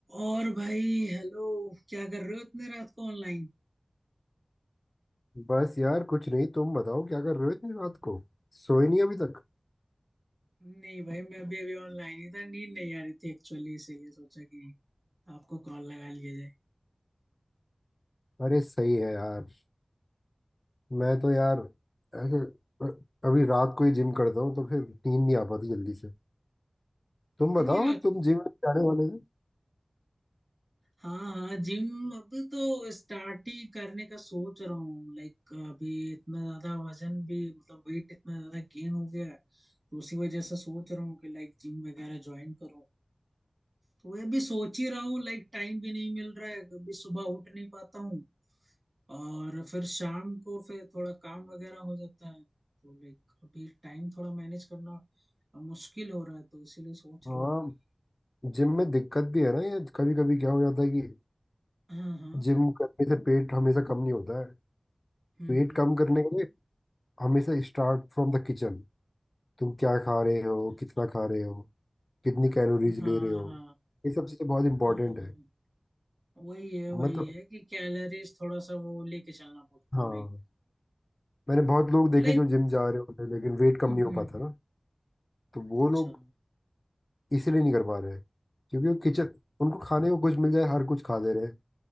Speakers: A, on the right; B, on the left.
A: और भाई हेलो क्या कर रहे हो इतने रात को ऑनलाइन
B: बस यार कुछ नहीं तुम बताओ क्या कर रहे हो इतनी रात को सोए नहीं अभी तक
A: नहीं भाई मैं भी अभी ऑनलाइन ही था नींद नहीं आ रही थी एक्चुअली इसीलिए सोचा कि आपको कॉल लगा लिया जाए
B: अरे सही है यार मैं तो यार ऐसे अभी रात को ही जिम करता हूँ तो फिर नींद नहीं आ पाती जल्दी से तुम
A: इतनी
B: बताओ
A: रात को
B: तुम जिम जाने वाले थे
A: हाँ हाँ जिम अभी तो स्टार्ट ही करने का सोच रहा हूँ लाइक अभी इतना ज्यादा वजन भी मतलब वेट इतना ज्यादा गेन हो गया है, तो उसी वजह से सोच रहा हूँ कि लाइक जिम वगैरह ज्वाइन करूँ तो वही अभी सोच ही रहा हूँ लाइक टाइम भी नहीं मिल रहा है कभी सुबह उठ नहीं पाता हूँ और फिर शाम को फिर थोड़ा काम वगैरह हो जाता है तो लाइक अभी टाइम थोड़ा मैनेज करना अ, मुश्किल हो रहा है तो इसीलिए सोच
B: हाँ
A: रहा हूँ कि
B: जिम में दिक्कत भी है ना ये कभी कभी क्या हो जाता है कि
A: हाँ हाँ
B: जिम करने से पेट हमेशा कम नहीं होता है
A: हम्म
B: पेट
A: हम्म
B: कम
A: हम्म,
B: करने के लिए हमेशा स्टार्ट फ्रॉम द किचन तुम क्या खा रहे हो
A: अच्छा
B: कितना खा रहे हो कितनी कैलोरीज
A: हाँ
B: ले रहे हो
A: हाँ
B: ये सब चीज़ें बहुत इंपॉर्टेंट
A: हाँ हाँ
B: है
A: वही है वही
B: मतलब
A: है कि कैलोरीज थोड़ा सा वो लेके चलना पड़ता
B: हाँ
A: लाइक
B: मैंने बहुत लोग
A: लाइक
B: देखे जो जिम जा रहे होते हैं लेकिन वेट कम
A: हम्म
B: नहीं हो
A: हम्म
B: पाता
A: हम्म,
B: ना तो वो
A: अच्छा
B: लोग इसीलिए नहीं कर पा रहे हैं क्योंकि वो किचन उनको खाने को कुछ मिल जाए हर कुछ खा ले रहे हैं